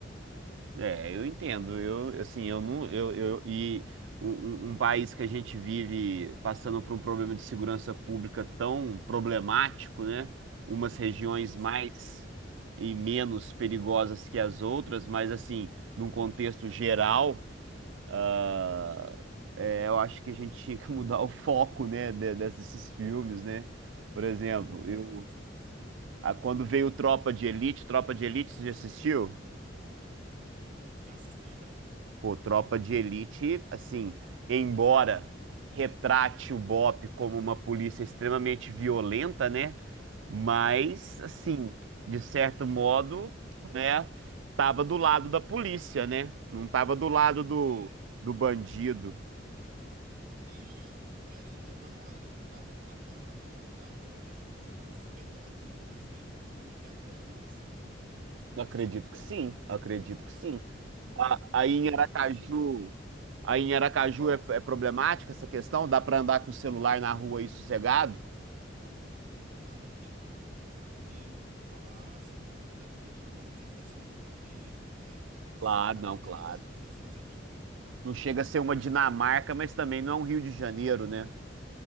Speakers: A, on the right (about 85°); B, on the right (about 45°).
A: É, eu entendo. Eu, assim, eu não, eu, eu e um, um- um país que a gente vive passando por um problema de segurança pública tão problemático, né? Umas regiões
B: Sim,
A: mais e menos perigosas que as outras, mas assim, num contexto geral, ah, é, eu acho que a gente tinha que <laughs> mudar o foco, né, de- desses filmes, né? Por exemplo,
B: é,
A: eu,
B: com certeza.
A: ah, quando veio Tropa de Elite, Tropa de Elite, você já assistiu?
B: Já assisti, já.
A: Pô, Tropa de Elite, assim, embora retrate o BOPE como uma polícia extremamente violenta, né? Mas, assim,
B: Sim.
A: de certo modo, né? Tava do lado da polícia, né? Não tava do lado do,
B: É.
A: do bandido.
B: E, querendo ou não, ali tá retratando a realidade, né? Que a gente, o filme é tão antigo, mas que a gente vive até hoje,
A: Acredito que sim, acredito que sim.
B: não,
A: A- Aí em
B: ainda
A: Aracaju,
B: não foi resolvido.
A: aí em Aracaju é, é problemática essa questão? Dá pra andar com o celular na rua aí sossegado?
B: Cara, aqui é tranquilo. Aqui eu não tenho o que falar, a segurança daqui, não vou dizer que tem seus, não tem erros, tem, mas
A: Claro, não,
B: comparado
A: claro.
B: a outras regiões é tranquilo.
A: Não chega a ser uma Dinamarca, mas também não é um Rio de Janeiro, né?